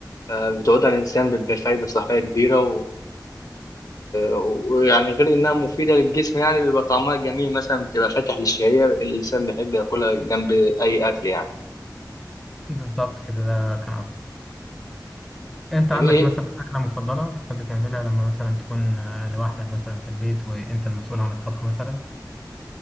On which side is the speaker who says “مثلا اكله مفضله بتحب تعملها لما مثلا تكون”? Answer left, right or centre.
Centre